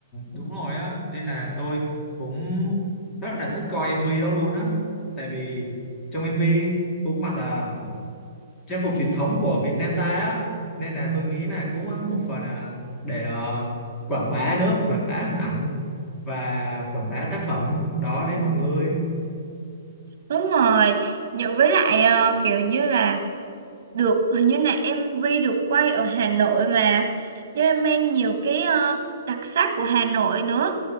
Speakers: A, on the left; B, on the right.
A: đúng rồi á nên là tôi cũng rất là thích coi MV đó luôn á tại vì trong MV cũng mặc là trang phục truyền thống của Việt Nam ta á nên là tôi nghĩ là cũng à, một phần là để ờ, quảng bá nữa quảng bá hình ảnh và quảng bá tác phẩm đó đến mọi người
B: đúng rồi nhờ với lại ờ, kiểu như là được hình như là MV được quay ở Hà Nội mà cho nên mang nhiều cái ờ, đặc sắc của Hà Nội nữa